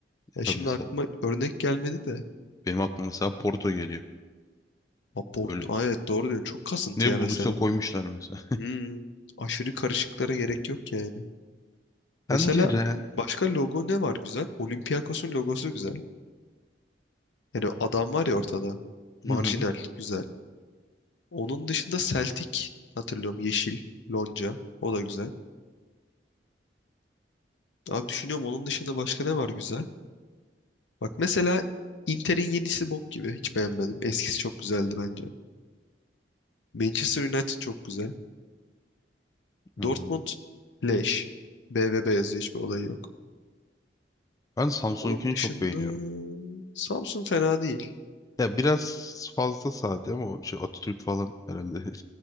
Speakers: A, on the left (about 75°); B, on the left (about 20°).
A: Ya
B: tabii
A: şimdi
B: mesela
A: aklıma örnek gelmedi de.
B: benim aklıma mesela Porto geliyor.
A: Aport.
B: Böyle
A: Aa, evet doğru diyorsun. Çok kasıntı
B: ne
A: ya
B: bulduysa
A: mesela.
B: koymuşlar mesela.
A: Hmm. Aşırı karışıklara gerek yok yani.
B: <laughs>
A: Mesela
B: Bence Real...
A: başka logo ne var güzel? Olympiakos'un logosu güzel. Yani o adam var ya ortada. Marjinal
B: Hı hı,
A: güzel. Onun dışında Celtic hatırlıyorum yeşil lonca. O da güzel. Abi düşünüyorum onun dışında başka ne var güzel? Bak mesela Inter'in yenisi bok gibi. Hiç beğenmedim. Eskisi çok güzeldi bence. Manchester United çok güzel.
B: anladım.
A: Dortmund leş. BVB yazıyor hiçbir olayı yok.
B: Ben Samsung'unkini
A: Onun dışında
B: çok beğeniyorum.
A: Samsun fena değil.
B: Ya biraz fazla sade ama o şey Atatürk falan herhalde